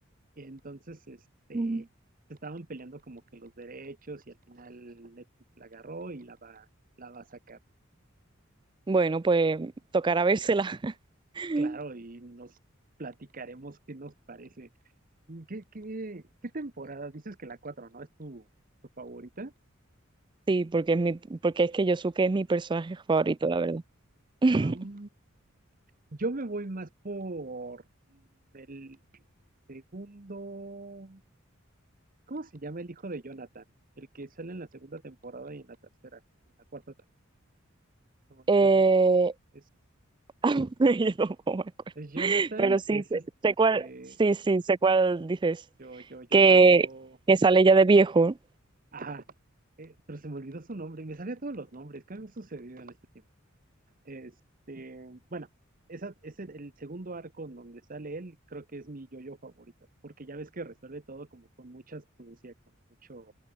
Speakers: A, on the right; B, on the right.
A: Entonces, este,
B: Mm.
A: se estaban peleando como que los derechos y al final Netflix la agarró y la va, la va a sacar.
B: Bueno, pues tocará vérsela. <laughs>
A: Claro, y nos platicaremos qué nos parece. ¿Qué, qué, qué temporada? Dices que la cuatro ¿no? ¿Es tu, tu favorita?
B: Sí, porque es mi, porque es que Yosuke es mi personaje favorito, la verdad. <laughs>
A: Am, yo me voy más por mm, el segundo. ¿Cómo se llama el hijo de Jonathan? El que sale en la segunda temporada y en la tercera y en la cuarta también. Se me olvidó
B: Eh,
A: el nombre. Es,
B: <laughs> yo tampoco me acuerdo.
A: es Jonathan,
B: Pero sí,
A: es
B: sé,
A: es-
B: sé cuál,
A: eh,
B: sí, sí, sé cuál dices.
A: yo, yo, yo,
B: Que,
A: yo.
B: que sale ya de viejo.
A: Ajá. eh, pero se me olvidó su nombre. Me sabía todos los nombres. ¿Qué me ha sucedido en este tiempo? Este, bueno, esa, ese, el segundo arco en donde sale él, creo que es mi yo-yo favorito, porque ya ves que resuelve todo como con mucha astucia, con mucho,